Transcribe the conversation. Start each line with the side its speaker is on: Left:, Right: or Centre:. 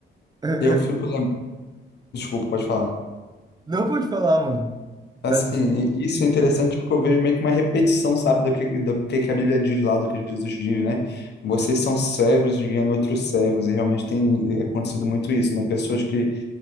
Right: <laughs>
Left: eu fico lembrando. Desculpa, pode falar.
Right: não pode falar, mano.
Left: Assim,
Right: Tá de boa.
Left: e- isso é interessante porque eu vejo meio que uma repetição, sabe, do que, do que que a Bíblia diz lá, do que Jesus diz, né? Vocês são cegos guiando outros cegos, e realmente tem é, acontecido muito isso, né? Pessoas que...